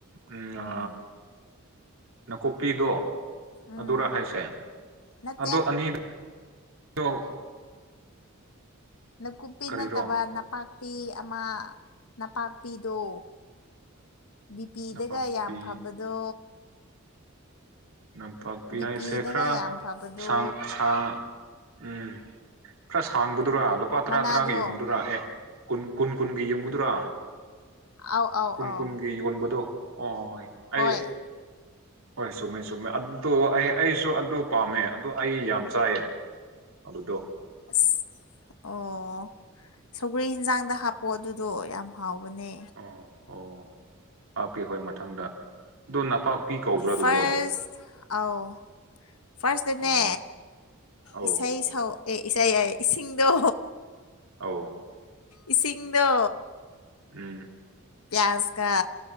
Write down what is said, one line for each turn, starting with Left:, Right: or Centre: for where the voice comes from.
Right: ꯎꯝꯅꯥ
Left: ꯎꯝ
Right: ꯅꯀꯨꯞꯄꯤꯗꯣ
Left: ꯎꯝ
Right: ꯑꯗꯨꯔꯥ ꯍꯥꯏꯁꯦ
Left: ꯅꯠꯇꯦ
Right: ꯑꯗꯣ ꯑꯅꯤꯗ <unintelligible>
Left: ꯅꯀꯨꯞꯄꯤ
Right: ꯀꯔꯤꯔꯣ
Left: ꯅꯠꯇꯕ ꯅꯄꯥꯛꯄꯤ ꯑꯃ ꯅꯄꯥꯛꯄꯤꯗꯣ ꯕꯤꯄꯤꯗꯒ
Right: ꯅꯄꯥꯛꯄꯤ
Left: ꯌꯥꯝ ꯐꯕꯗꯣ
Right: ꯅꯝꯄꯥꯛꯄꯤ
Left: ꯕꯤꯄꯤꯗꯒ
Right: ꯍꯥꯏꯁꯦ ꯈꯔ
Left: ꯌꯥꯝ ꯐꯕꯗꯣ
Right: ꯁꯥꯡ ꯁꯥ ꯎꯝ ꯈꯔ ꯁꯥꯡꯕꯗꯨꯔꯥ ꯂꯨꯄꯥ ꯇꯔꯥ
Left: ꯃꯅꯥꯗꯣ
Right: ꯇꯔꯥꯒꯤ ꯌꯣꯟꯕꯗꯨꯔꯥ ꯑꯦ ꯀꯨꯟ ꯀꯨꯟ ꯀꯨꯟꯒꯤ ꯌꯣꯟꯕꯗꯨꯔꯥ
Left: ꯑꯧ ꯑꯧ
Right: ꯀꯨꯟ
Left: ꯑꯧ
Right: ꯀꯨꯟꯒꯤ ꯌꯣꯟꯕꯗꯣ ꯑꯣ ꯑꯣꯏ ꯑꯩ
Left: ꯍꯣꯏ
Right: ꯍꯣꯏ ꯆꯨꯝꯃꯦ ꯆꯨꯝꯃꯦ ꯑꯗꯣ ꯑꯩ ꯑꯩꯁꯨ ꯑ ꯗꯨ ꯄꯥꯝꯃꯦ ꯑꯗꯨ ꯑꯩ ꯌꯥꯝ ꯆꯥꯏꯌꯦ ꯑꯗꯨꯗꯣ
Left: ꯑꯁ ꯑꯣ ꯁꯧꯒ꯭ꯔꯤ ꯍꯦꯟꯖꯥꯡꯗ ꯍꯥꯞꯄꯣ ꯑꯗꯨꯗꯣ ꯌꯥꯝ ꯍꯥꯎꯕꯅꯦ
Right: ꯑꯣ ꯑꯣ ꯍꯥꯞꯀꯦ ꯍꯣꯏ ꯃꯊꯪꯗ ꯑꯗꯣ ꯅꯄꯥꯛꯄꯤ ꯀꯧꯕ꯭ꯔꯥ ꯑꯗꯨꯗꯣ
Left: ꯐꯥꯔꯁ ꯑꯧ ꯐꯥꯔꯁꯇꯅꯦ
Right: ꯑꯣ ꯑꯧ
Left: ꯏꯁꯩ ꯁꯧ ꯑꯦ ꯏꯁꯩ ꯍꯥꯏꯌꯦ ꯏꯁꯤꯡꯗꯣ
Right: ꯑꯧ
Left: ꯏꯁꯤꯡꯗꯣ
Right: ꯎꯝ
Left: ꯒ꯭ꯌꯥꯁꯀ